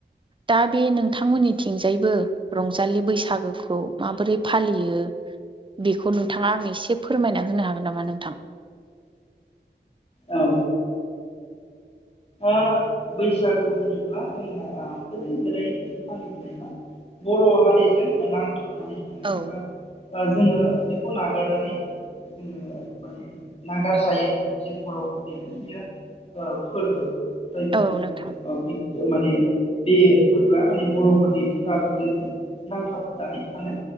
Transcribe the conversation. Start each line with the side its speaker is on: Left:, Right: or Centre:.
Right: दा बे नोंथांमोननिथिंजायबो रंजालि बैसागोखौ माबोरै फालियो? बेखौ नोंथाङा आं एसे फोरमायना होनो हागोन नामा नोंथां?
Left: औ ओ बैसागु होनोब्ला जोंहा गोदो गोदायनिफ्राय फालिबोनाय बा‌ बर' हारिजों नांथाबनानै थानाय
Right: औ
Left: एबा ओ जोङो बेखौ नागारनानै जोङो माने नागारजायै जे बर' बेनो बेयो फोरबो जायखौ
Right: औ
Left: जोङो
Right: नोंथां
Left: बुं माने बे फोरबोआ माने बर'फोरनि बिखा बिख्लोजों नांथाबनानै थानो।